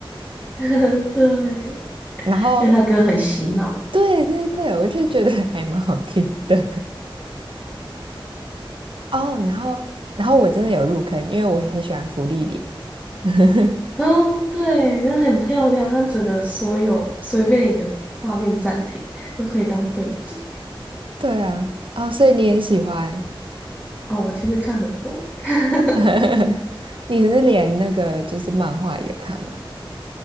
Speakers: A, on the left; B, on the right.
A: <laughs> 对，
B: <laughs> 然后
A: 因为他歌很洗脑。
B: 对对对，我就觉得还蛮好听的 <laughs> 哦，然后然后我真的有入坑，因为我很喜欢芙莉莲，<laughs>
A: 哦，对，那很漂亮，它整个所有随便一个画面暂停都可以当背景。
B: 对啊，哦，所以你也喜欢，
A: 哦，我其实看很多欸
B: <laughs> 你是连那个就是漫画也看吗？